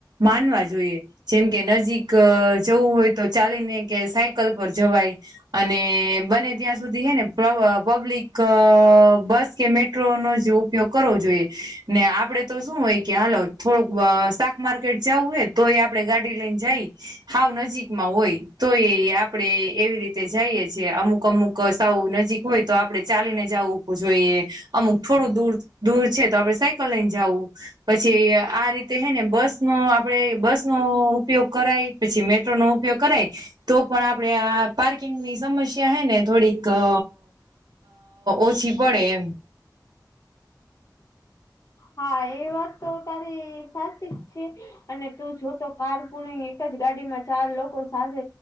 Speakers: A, on the right (about 75°); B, on the left (about 50°).
A: માનવા જોઈએ. જેમ કે નજીક જવું હોય તો ચાલીને કે સાયકલ પર જવાય અને બને ત્યાં સુધી હે ને પ્ર પબ્લિક બસ કે મેટ્રોનો જ ઉપ પયોગ કરવો જોઈએ, ને આપડે તો શું હોય કે હાલો થોડુક અ શાકમાર્કેટ જાવું હે તોય આપડે ગાડી લઈન જાઈ હાવ નજીકમાં હોય તો ઈ આપડે એવી રીતે જાઈએ છીએ, અમુક-અમુક સાવ નજીક હોય તો આપડે ચાલીને જાવુ ઉ જોઈએ, અમુક થોડું દૂર દૂર છે તો આપડે સાયકલ લઈન જાવું. પછી આ રીતે હે ને બસનો આપડે બસનો ઉપયોગ કરાય, પછી મેટ્રોનો ઉપયોગ કરાય તો પણ આપડે આ પાર્કિંગની સમસ્યા હે ને થોડીક અ ઓછી પડે એમ.
B: હા, એ વાત તો તારી સાચી જ છે. અને તું જો તો કાર કુલીગ એક જ ગાડીમાં ચાર લોકો સાથે